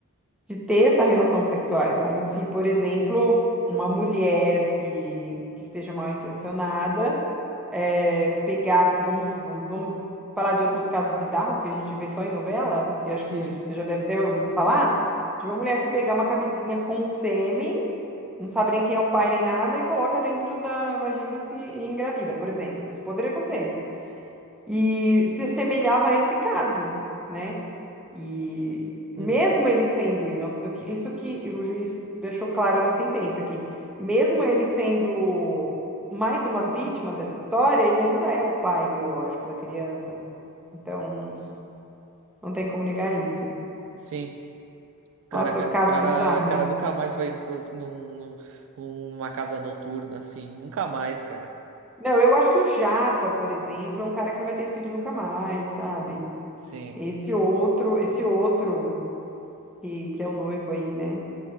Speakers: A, in the centre; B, on the right.
A: de ter essa relação sexual. É como se, por exemplo, uma mulher que, que esteja mal intencionada eh, pegasse. Vamos, vamos, vamos falar de outros casos bizarros que a gente vê só em novela, que acho
B: Sim.
A: que você já deve ter ouvido falar, de uma mulher que pegar uma camisinha com sêmen. Não sabe nem quem é o pai nem nada e coloca dentro da vagina e se e engravida, por exemplo. Isso poderia acontecer. E se assemelhava a esse caso, né? E
B: Uhum.
A: mesmo ele sendo inocente, isso que o juiz deixou claro na sentença, que mesmo ele sendo mais uma vítima dessa história, ele ainda é o pai biológico da criança. Então, não tem como negar isso.
B: Sim. Cara,
A: Nossa,
B: ga-
A: caso
B: cara,
A: bizarro,
B: cara,
A: né?
B: nunca mais vai ir no, pro- num, num- numa casa noturna, assim. Nunca mais, cara.
A: Não, eu acho que o Japa, por exemplo, é um cara que não vai ter filho nunca mais, sabe?
B: Sim.
A: Esse outro, esse outro que, que é o noivo aí, né?